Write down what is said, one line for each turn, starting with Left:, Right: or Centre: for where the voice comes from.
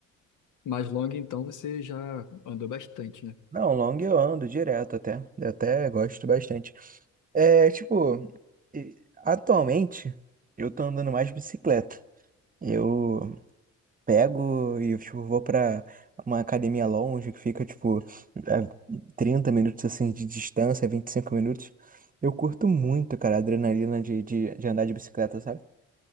Left: Mais longa, então você já andou bastante, né?
Right: Não, long eu ando direto até, eu até gosto bastante. É, tipo, e- atualmente eu tô andando mais de bicicleta. Eu pego e tipo, vou pra uma academia longe que fica tipo a 30 minutos assim de distância, 25 minutos. Eu curto muito, cara, a adrenalina de, de, de andar de bicicleta, sabe?